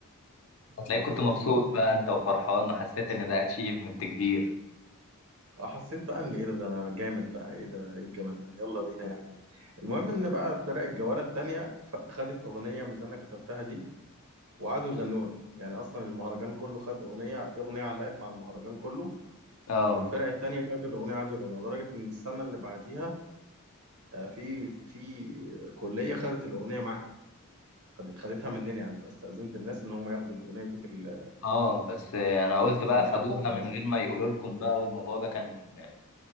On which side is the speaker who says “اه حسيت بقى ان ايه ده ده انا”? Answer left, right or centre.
Right